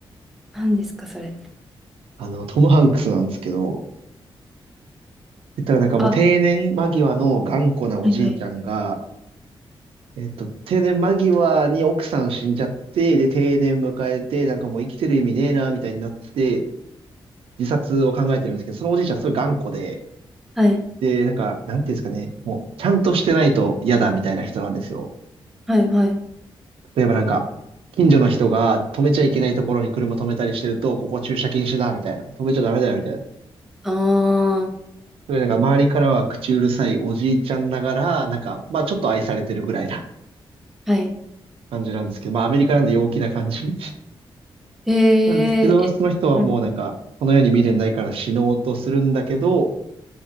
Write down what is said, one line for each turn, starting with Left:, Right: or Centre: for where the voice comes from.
Centre: 何ですか、それ。
Right: あの、トム・ハンクスなんですけど、言ったらなんかもう定年間際の頑固なおじいちゃんが、
Centre: あ、はいはい。
Right: えっと、定年間際に奥さん死んじゃって、で、定年迎えて、なんかもう生きてる意味ねえな、みたいになって、自殺を考えてるんですけど、そのおじいちゃんすごい頑固で、
Centre: はい、
Right: で、なんか、なんていうんですかね、もう、ちゃんとしてないと嫌だ、みたいな人なんですよ。
Centre: はい、はい。
Right: 例えばなんか、近所の人が止めちゃいけないところに車止めたりしてると、ここ駐車禁止だ、みたいな。止めちゃダメだよ、みたいな。
Centre: あ
Right: すごいなんか周りからは口うるさいおじいちゃんながら、なんか、まあちょっと愛されてるぐらいな
Centre: ー、はい。
Right: <laughs> 感じなんですけど、まあアメリカなんで陽気な感じ
Centre: えー、
Right: <laughs> なんですけど、
Centre: え、
Right: その人はもうなんか、
Centre: うん、
Right: この世に未練ないから死のうとするんだけど、